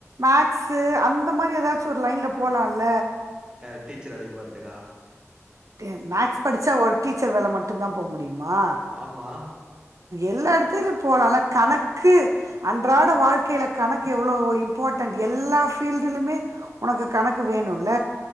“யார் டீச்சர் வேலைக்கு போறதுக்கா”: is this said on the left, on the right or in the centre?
Right